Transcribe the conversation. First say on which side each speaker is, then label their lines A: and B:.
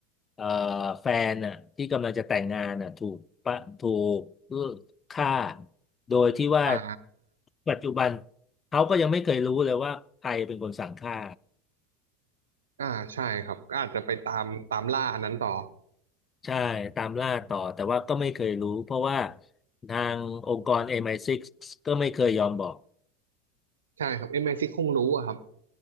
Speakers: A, on the left; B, on the right.
A: เอ่อแฟนน่ะที่กำลังจะแต่งงานน่ะถูกปะถูกฆ่าโดยที่ว่า
B: อ่า
A: ปัจจุบันเขาก็ยังไม่เคยรู้เลยว่าใครเป็นคนสั่งฆ่า
B: อ่าใช่ครับก็อาจจะไปตามตามล่าอันนั้นต่อ
A: ใช่ตามล่าต่อแต่ว่าก็ไม่เคยรู้เพราะว่าทางองค์กร MI6 กซ์ก็ไม่เคยยอมบอก
B: ใช่ครับเอ็ยแม็กซิคงรู้อะครับ